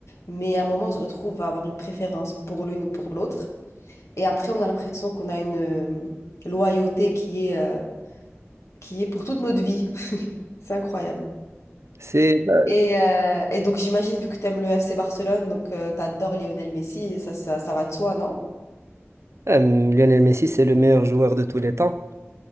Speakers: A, on the left (about 85°); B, on the right (about 75°).
A: mais à un moment, on se retrouve à avoir une préférence pour l'une ou pour l'autre. Et après, on a l'impression qu'on a une euh, loyauté qui est, euh, qui est pour toute notre vie. <laughs> C'est incroyable.
B: C'est, bah,
A: Et, euh, et donc j'imagine, vu que tu aimes le FC Barcelone, donc tu adores Lionel Messi, ça, ça, ça va de soi, non?
B: euh, Lionel Messi, c'est le meilleur joueur de tous les temps.